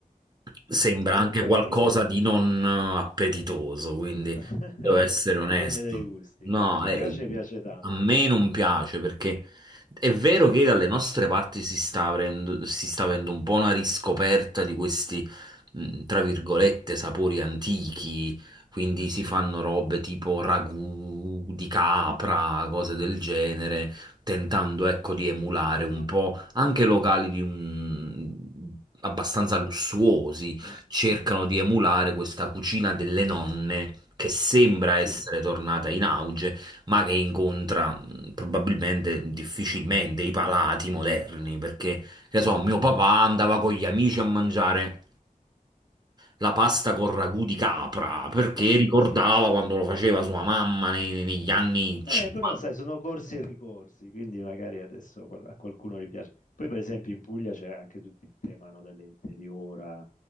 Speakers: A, on the right; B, on the left.
A: sembra
B: Comunque,
A: anche qualcosa
B: inve-
A: di non eh, appetitoso, quindi
B: <laughs>
A: devo essere
B: vabbè,
A: onesto.
B: dipende dai gusti,
A: No,
B: a chi
A: eh,
B: piace piace tanto.
A: a me non piace perché è vero che dalle nostre parti si sta avendo, si sta avendo un po' una riscoperta di questi, mh, tra virgolette, sapori antichi quindi si fanno robe tipo ragù di capra, cose del genere, tentando ecco di emulare un po' anche locali di un- abbastanza lussuosi,
B: Mhm.
A: cercano di emulare questa cucina delle nonne che sembra
B: Sì,
A: essere tornata in auge, ma che incontra mh, probabilmente difficilmente i palati moderni, perché che so, mio papà andava con gli amici a mangiare la pasta con ragù di capra perché
B: sì,
A: ricordava
B: sì.
A: quando lo faceva sua mamma nei- negli anni 50.
B: Eh, però sai, sono corsi e ricorsi, quindi magari adesso qual- a qualcuno gli piace. Poi, per esempio, in Puglia c'è anche tutto il tema, no, dell'interiora,